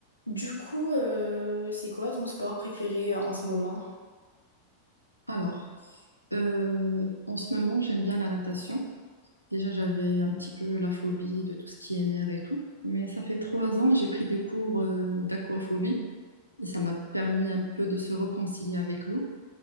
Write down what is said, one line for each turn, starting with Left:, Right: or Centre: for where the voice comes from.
Left: Du coup, euh, c'est quoi ton sport préféré euh, en ce moment?
Right: Alors, euh, en ce moment, j'aime bien la natation. Déjà, j'avais un petit peu la phobie de tout ce qui est mer et tout. Mais ça fait trois ans, j'ai pris des cours euh, d'aquaphobie et ça m'a permis un peu de se réconcilier avec l'eau.